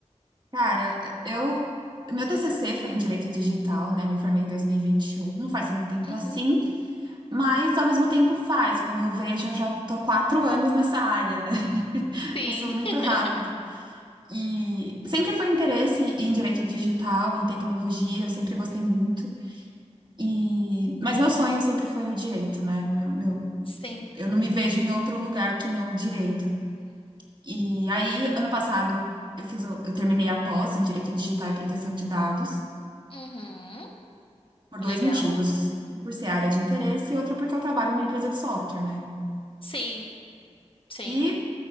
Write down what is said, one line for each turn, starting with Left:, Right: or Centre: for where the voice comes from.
Right: Cara, eu. Meu TCC foi em Direito Digital, né? Me formei em 2021, não faz tanto tempo
Left: Uhum.
Right: assim, mas ao mesmo tempo faz. Quando eu vejo, eu já tô quatro anos nessa área, né? <laughs>
Left: Sim.
Right: Passou muito
Left: <laughs>
Right: rápido. E sempre foi interesse em Direito Digital, em tecnologia, eu sempre gostei muito. E... Mas meu sonho sempre foi o direito, né? Meu, meu...
Left: Sim.
Right: Eu não me vejo em outro lugar que não o direito. E aí,
Left: Legal.
Right: ano passado, eu fiz, o- eu terminei a pós em Direito Digital e Proteção de Dados
Left: Uhum.
Right: por dois
Left: Legal.
Right: motivos. Um Por ser área de interesse e outro porque eu trabalho numa empresa de software, né?
Left: Sim, sim.
Right: E